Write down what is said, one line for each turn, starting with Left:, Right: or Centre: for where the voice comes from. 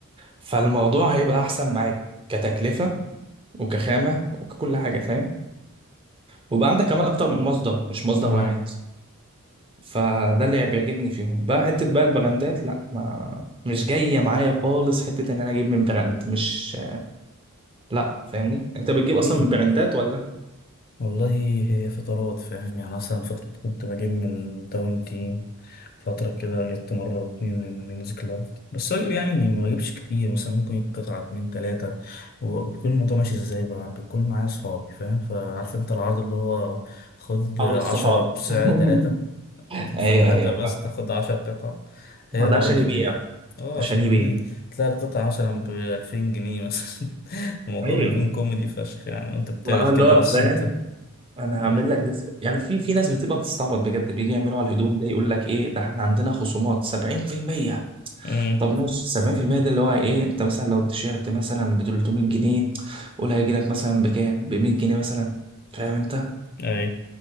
Right: فالموضوع هيبقى احسن معاك كتكلفه وكخامه وككل حاجه فاهم وبقى عندك كمان اكتر من مصدر مش مصدر
Left: امم
Right: واحد فده اللي بيعجبني فيهم بقى حته بقى البراندات لا ما مش جايه معايا خالص حته ان انا اجيب من براند مش لا فاهمني انت بتجيب اصلا
Left: ليه
Right: من براندات ولا
Left: والله هي فترات فاهم يعني مثلا فترة كنت بجيب من داون تيم فترة كده جبت مرة أو اتنين من مينز كلاب بس بجيب يعني ما بجيبش كتير مثلا ممكن يجيب قطعة اتنين تلاتة وبيكون الموضوع ماشي ازاي بقى بيكون معايا صحابي فاهم فعارف انت العرض اللي هو خد
Right: اغلب
Left: عشرة
Right: الصحاب
Left: بسعر
Right: <laughs>
Left: تلاتة يعني تدفع
Right: ايوه
Left: تلاتة
Right: ايوه
Left: بس
Right: فاهم
Left: تاخد عشر قطع هي
Right: ما
Left: العروض
Right: ده عشان يبيع
Left: دي اه
Right: عشان
Left: عشان
Right: يبيع
Left: يبيع تلاقي القطعة مثلا بألفين جنيه مثلا <laughs> الموضوع
Right: ايوه
Left: بيكون كوميدي فشخ يعني انت بتقابل
Right: ما هو اللي
Left: كده
Right: هو
Left: بس
Right: فاهم
Left: انت
Right: انا
Left: امم
Right: هعمل لك ديسك يعني في في ناس بتبقى بتستعبط بجد بيجي يعملوا على الهدوم ده يقول لك ايه ده احنا عندنا خصومات 70%
Left: أمم.
Right: طب ماشي 70% ده اللي هو ايه انت مثلا لو التيشيرت مثلا ب 300 جنيه قول هيجي لك مثلا بكام ب 100 جنيه مثلا فاهم انت
Left: اي